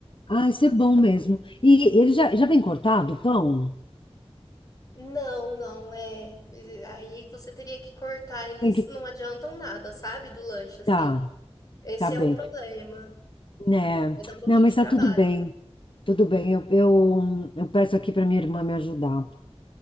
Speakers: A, on the left; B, on the left.
A: ah, isso é bom mesmo. E ele já, já vem cortado o pão?
B: Não, não é. E Aí você teria que cortar, eles
A: Tem que,
B: não adiantam nada, sabe? Do lanche assim.
A: tá,
B: Esse
A: tá
B: é
A: bem.
B: o problema.
A: Né?
B: Vai dar um pouquinho
A: Não, mas
B: de trabalho.
A: tá tudo bem, tudo bem. Eu, eu, eu peço aqui para minha irmã me ajudar.